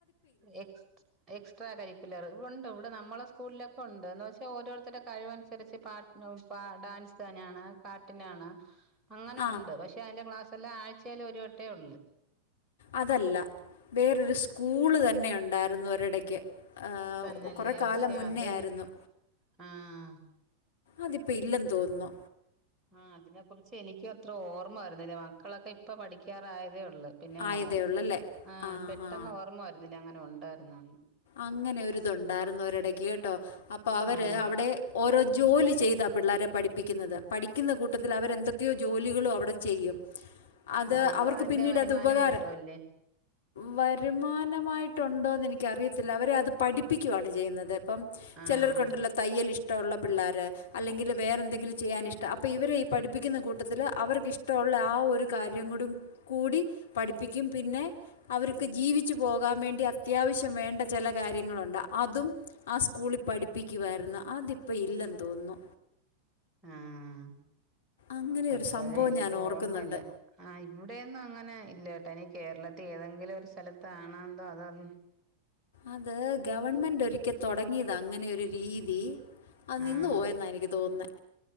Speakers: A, on the right; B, on the left.
A: എക്സ്റ്റ് എക്സ്ട്രാ കരിക്കുലറ്. ഉണ്ട് ഇവിടെ നമ്മടെ സ്കൂളിലൊക്കെ ഉണ്ട്. എന്ന് വെച്ചാൽ ഓരോരുത്തരുടെ കഴിവനുസരിച്ച് പാട് നോപ്പ ഡാൻസ് തന്നെയാണ് പാട്ടിനാണ്. അങ്ങനെ
B: ആ
A: ഉണ്ട്. പക്ഷെ അതിന്റെ ക്ലാസ്സെല്ലാ ആഴ്ചേൽ ഒരു വട്ടേ ഉള്ളൂ.
B: അതല്ല. വേറൊരു സ്കൂള് തന്നെ ഉണ്ടായിരുന്നു ഒരിടക്ക് ഈഹ്
A: തന്നല്ലേ
B: കൊറെ കാലം
A: പക്ഷെ
B: മുന്നെയായിരുന്നു.
A: അതിന് ആഹ്
B: അതിപ്പ ഇല്ലെന്ന് തോന്നുന്നു.
A: ആഹ് അതിനെക്കുറിച്ച് എനിക്കു അത്ര ഓർമ്മ വരുന്നില്ല. മക്കളൊക്കെ ഇപ്പ പഠിക്കാറായതേ ഇള്ളു. പിന്നെ
B: ആയതേ
A: ഓ,
B: ഉള്ളല്ലേ?
A: ആഹ്
B: ആഹാ.
A: പെട്ടെന്ന് ഓർമ്മ വരുന്നില്ല അങ്ങനെ ഉണ്ടായിരുന്നു എന്ന്.
B: അങ്ങനെ ഒരിതുണ്ടായിരുന്നു ഒരെടയ്ക്ക് കേട്ടോ. അപ്പൊ അവര്
A: ആഹ്
B: അവിടെ ഓരോ ജോലി ചെയ്താ പിള്ളേരെ പഠിപ്പിക്കുന്നത്. പഠിക്കുന്ന കൂട്ടത്തിൽ അവരെന്തൊക്കെയോ ജോലികളും അവിടെ ചെയ്യും. അത്
A: ആഹ് അപ്പൊ
B: അവർക്ക്
A: അതിന്റെ
B: പിന്നീട്
A: വരുമാനവും
B: അത് ഉപകാര
A: കിട്ടുവല്ലേ
B: വരുമാനമായിട്ടുണ്ടോന്ന് എനിക്കറിയത്തില്ല. അവരെ അത് പഠിപ്പിക്കുവാണ് ചെയ്യുന്നത്. ഇപ്പം
A: ആഹ്
B: ചിലർക്കൊണ്ടല്ലൊ തയ്യലിഷ് ടൊള്ള പിള്ളേര്. അല്ലെങ്കിൽ വേറെന്തെങ്കിലും ചെയ്യാനിഷ്ടം. അപ്പോൾ ഇവരെ ഈ പഠിപ്പിക്കുന്ന കൂട്ടത്തില് അവർക്ക് ഇഷ് ടൊള്ള ആ ഒരു കാര്യം കൂടും കൂടി പഠിപ്പിക്കും പിന്നെ അവർക്ക് ജീവിച്ചു പോകാൻ വേണ്ടി അത്യാവശ്യം വേണ്ട ചില കാര്യങ്ങളുണ്ട്, അതും ആ സ്കൂളിൽ പഠിപ്പിക്കുവായിരുന്നു. അതിപ്പം ഇല്ലെന്ന് തോന്നു.
A: ആഹ്
B: അങ്ങനെ
A: അപ്പഴേ
B: ഒരു സംഭവം
A: എനിക്ക്
B: ഞാൻ ഓർക്കുന്നുണ്ട്
A: ഓർമ്മല്ല ആഹ് ഇവിടെയൊന്നു അങ്ങനെ ഇല്ലട്ടാ. ഇനി കേരളത്തി ഏതെങ്കിലും ഒരു സ്ഥലത്താണോ എന്തോ അതോ അങ്
B: അത് ഗവൺമെന്റ് ഒരിക്ക തൊടങ്ങിയതാ അങ്ങനെ ഒരു രീതി അത് നിന്നു
A: ആഹ്
B: പോയെന്നാ എനിക്ക് തോന്നുന്നെ.